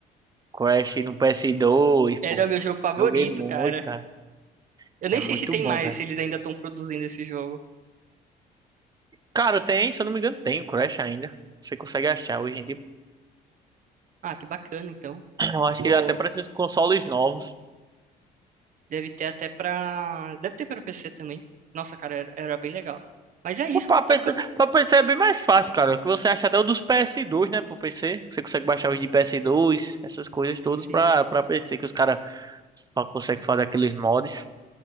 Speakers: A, on the right (about 25°); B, on the right (about 50°).
A: Crash no PS2,
B: Era
A: pô.
B: o meu jogo favorito,
A: Joguei muito,
B: cara.
A: cara.
B: Eu nem
A: É muito
B: sei se tem
A: bom,
B: mais,
A: cara.
B: se eles ainda estão produzindo esse jogo.
A: Cara, tem, se eu não me engano, tem o Crash ainda. Você consegue achar hoje em dia.
B: Ah, que bacana, então.
A: <clears throat> Eu
B: Eu
A: acho
B: Vou,
A: que até para esses consoles novos.
B: deve ter até pra, deve ter pra PC também. Nossa, cara, era, era bem legal. Mas é isso,
A: O pra
B: tá ficando.
A: PC, pra PC é bem mais fácil, cara. Que você acha até o dos ps dois, né? Pro PC. Você consegue baixar os de ps dois, essas coisas todas
B: Sim.
A: pra, pra PC, que os caras só conseguem fazer aqueles mods.